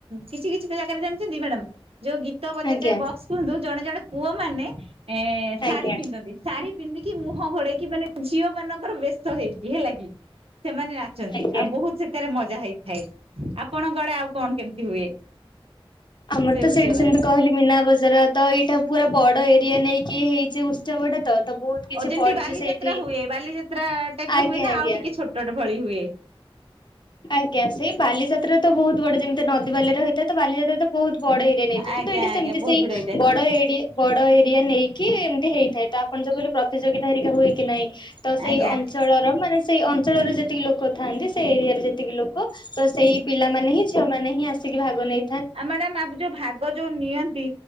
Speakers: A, on the right; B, on the left.
A: କିଛି କିଛି ଜାଗାରେ ଜାଣିଚନ୍ତି ମ୍ୟାଡାାମ ଯଉ ଗୀତ ବଜା
B: ଆଜ୍ଞା
A: ଯାଏ ବକ୍ସ କୁହନ୍ତୁ ଜଣେ ଜଣେ ପୁଅମାନେେ ଏ ଶାଢୀ
B: ଆଜ୍ଞା
A: ପିନ୍ଧନ୍ତି ଶାଢ଼ୀ ପିନ୍ଧିକି ମୁହଁ ଘୋଡେଇକି ମାନେ ଝିଅ ମାନଙ୍କର ବେସ ହେଇକି ହେଲା କିି ସେମାନେ ନାଚନ୍ତି।
B: ଆଜ୍ଞା
A: ଆଉ ବହୁତ ସେଥିରେ ମଜା ହେଇ ଥାଏ। ଆପଣଙ୍କଆଡେ ଆଉ କଣ କେମିତି ହୁଏ
B: ଆମର
A: ସେ
B: ତ
A: ଉତ୍ସବରେ?
B: ସେଇଠି ସେମିତି କହିଲି ମୀନା ବଜାର ତ ଏଇଟା ପୁରା ବଡ ଏ ଦିଏ ନେଇ କିଏ ହେଇଚି ଉତ୍ସବ ଟା ତ। ତ ବହୁତ କିଛି
A: ଓ ଯେମିତି
B: ପଡୁଚି
A: ବାଲିଯାତ୍ରା
B: ସେଇଠି
A: ହୁଏ ବାଲିଯାତ୍ରା ଟାଇପ ର
B: ଆଜ୍ଞା
A: ହୁଏ ନା
B: ଆଜ୍ଞା।
A: ଆଉ ଟିକେ ଛୋଟ ଭଳି ହୁଏ?
B: ଆଜ୍ଞା ସେଇ ବାଲିଯାତ୍ରା ତ ବହୁତ ବଡ ଯେମିତି ନଦୀ ବାଲିରେ ହୋଇଥାଏ ବାଲିଯାତ୍ରା ତ ବହୁତ ବଡ ଏରିଆ ନେଇଥାଏ
A: ଆଜ୍ଞା
B: କିନ୍ତୁ ଏଇଠା
A: ଆଜ୍ଞା
B: ସେମତି
A: ବହୁତ
B: ସେଇ
A: ଭିଡ ହେଇଥାଏ
B: ବଡ ଏରିଆ ବଡ ଏରିଆ ନେଇକି କି ଏମିତି ହେଇଥାଏ ତ ଆପଣ ଯଉ କହିଲେ ପ୍ରତିଯୋଗିତା ହେରିକା ହୁଏ କି ନାଇଁ? ତ ସେଇ
A: ଆଜ୍ଞା।
B: ଅଞ୍ଚଳର ମାନେ ସେଇ ଅଞ୍ଚଳରେ ଯେତିକି ଲୋକ ଲୋକ ଥାନ୍ତି ସେ ଏରିଆରେ ଯେତ୍ ଲୋକ ତ ସେଇ ପିଲାମାନେ ହିଁ ଝିଅ ମାନେ ହିଁ ଆସିକି ଭାଗ ନେଇ
A: ଆଉ ମ୍ୟାଡାମ ଆପ ଯଉ ଭାଗ ଯଉ ନିଅନ୍ତି